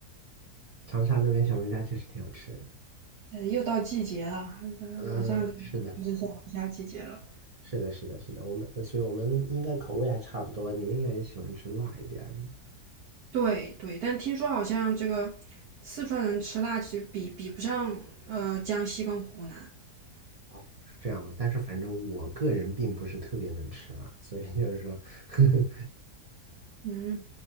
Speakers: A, on the right; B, on the right.
A: 长沙那边小龙虾确实挺好吃的。
B: 呃又到季节了，呃马上
A: 嗯，是的，
B: 就是小龙虾季节了。
A: 是的，是的，是的，我们，呃所以我们应该口味还差不多，你们应该也喜欢吃辣一点儿的。
B: 对对，但听说好像这个四川人吃辣，其实比比不上呃江西跟湖南。
A: 哦，是这样吧？但是反正我个人并不是特别能吃辣，所以就是说，<laughs> 呵呵，
B: 嗯，